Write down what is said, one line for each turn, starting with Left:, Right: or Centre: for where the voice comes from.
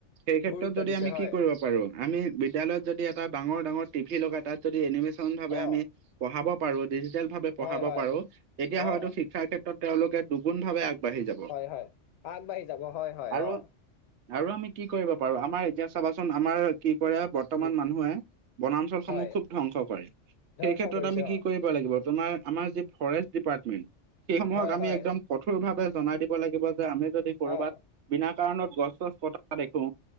Right: সেই ক্ষেত্ৰত
Left: গুৰুত্ব
Right: যদি
Left: দিছে
Right: আমি
Left: হয়
Right: পাৰোঁ, আমি বিদ্যলয়ত যদি এটা ডাঙৰ ডাঙৰ টি ভিত লগাই তাত যদি এনিমেশন ভাবে
Left: অ
Right: আমি পঢ়াব পাৰো ডিজিটেল ভাৱে পঢ়াব
Left: হয় হয়
Right: পাৰো, তেতিয়া হয়তো
Left: অ
Right: শিক্ষাৰ ক্ষেত্ৰত তেওঁলোকে দুগুণ ভাৱে আগবাঢ়ি যাব।
Left: হয়-হয় আগবাঢ়ি যাব, হয়-হয়
Right: আৰু
Left: অ',
Right: আৰু আমি কি কৰিব পাৰো আমাৰ এতিয়া চাবাচোন আমাৰ কি কৰে। বৰ্তমান
Left: উম
Right: মানুহে বনাঞ্চলসমূহ
Left: হয়
Right: খুব ধ্বংস কৰে সেই
Left: ধ্বংস
Right: ক্ষেত্ৰত
Left: কৰিছে
Right: আমি কি
Left: অ
Right: কৰিম কৰিব লাগিব তোমাৰ আমাৰ জি ফ্ৰৰেষ্ট দিপাটমেট সময়ত
Left: হয়
Right: আমি
Left: হয়
Right: একদম। কঠোৰ ভাৱে জনাই দিব লাগিব যে আমি যদি কৰবাত
Left: অ
Right: বিনা কাৰণত গছ-চছ কটা দেখো।